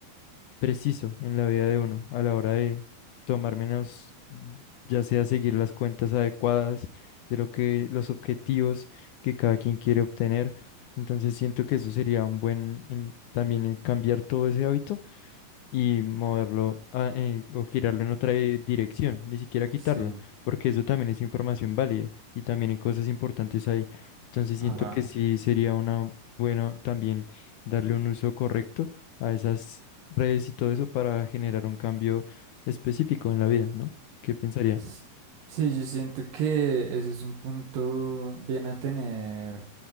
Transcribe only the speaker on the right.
Sí,
ajá.
S- Sí, yo siento que ese es un punto bien a tener